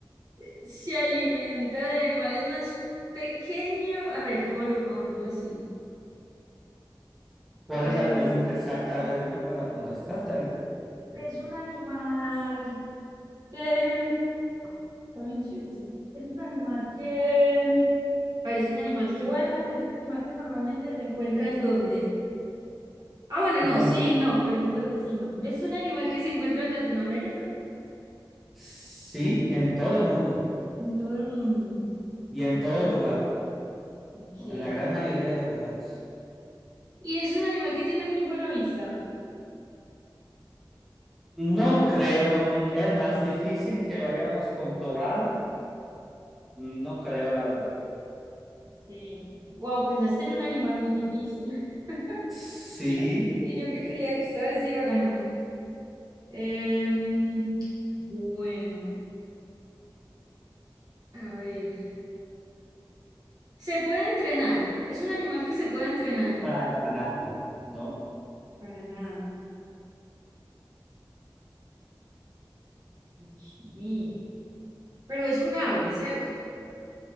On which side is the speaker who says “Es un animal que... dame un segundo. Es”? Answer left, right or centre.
Right